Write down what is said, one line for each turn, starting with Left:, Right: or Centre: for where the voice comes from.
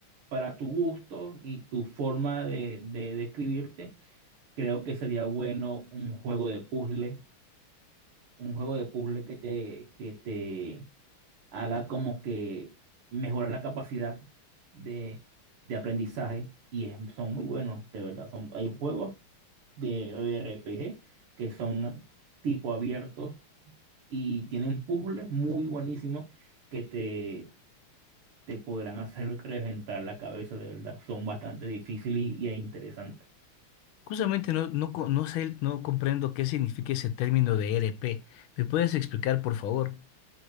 Right: para tu gusto y tu forma de, de describirte, creo que sería bueno un juego de puzzle, un juego de puzzle que te, que te haga como que mejorar la capacidad de, de aprendizaje. Y es- son muy buenos, de verdad. Son, hay juegos de RPG que son tipo abiertos y tienen puzzles muy buenísimos que te te podrán hacer reventar la cabeza, de verdad. Son bastante difíciles y, e interesantes.
Left: Justamente no, no, co- no sé, no comprendo qué significa ese término de RP. ¿Me puedes explicar, por favor?